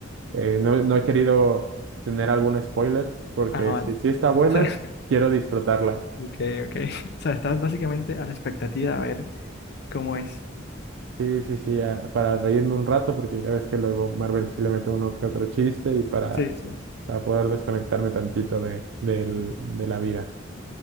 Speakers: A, on the right; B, on the left.
A: Eh, no, no he querido tener algún spoiler porque
B: Ah, vale.
A: si, si está buena,
B: <laughs>
A: quiero disfrutarla.
B: Ok, ok. <laughs> O sea, estás básicamente a la expectativa a ver cómo es.
A: Sí, sí, sí, a- para reírme un rato porque ya ves que luego Marvel sí le mete uno que otro chiste y para,
B: Sí, sí.
A: para poder desconectarme tantito de, del- de la vida.